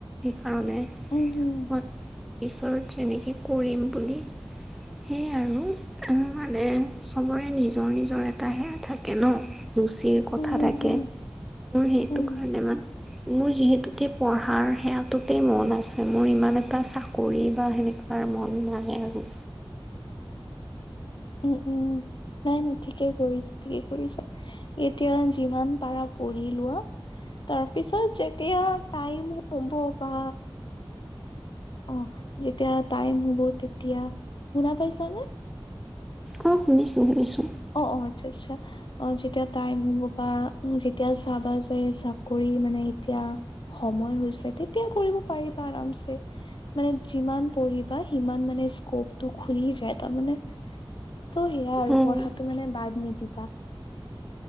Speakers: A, in the centre; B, on the left.
A: কাৰণে,
B: উম, উম,
A: মই ৰিচাৰ্জ সেনেকে কৰিম বুলি সেয়াই আৰু মানে চবৰে নিজৰ নিজৰ এটা সেইয়া থাকে ন। ৰুচিৰ কথা
B: হুম, উম, হুম,
A: থাকে
B: হুম,
A: মোৰ সেইটো
B: উম,
A: কাৰণে মান মোৰ যিহেতুকে পঢ়াৰ সেয়াটোতে মন আছে মোৰ ইমান এটা চাকৰি বা সেনে এইবাৰ মন নাই আৰু
B: <unintelligible> উম, উম। নাই নাই ঠিকেই কৰিছ, ঠিকেই কৰিছা। এতিয়া যিমান পাৰা পঢ়ি লোৱা তাৰপিছত যেতিয়া টাইম হব বা অ যেতিয়া টাইম হব তেতিয়া, শুনা পাইছানে?
A: অ শুনিছো শুনিছো?
B: অ, অ, আচ্ছা আচ্ছা। অ যেতিয়া টাইম হ'ব বা যেতিয়া চাবা যে চাকৰি মানে এতিয়া। সময় হৈছে তেতিয়া কৰিব পাৰিবা আৰামছে। মানে যিমান পঢ়িবা সিমান মানে স্কপটো খুলি যায় তাৰমানে। ত' সেয়াই আৰু
A: উম
B: পঢ়াটো মানে বাদ নিদিবা।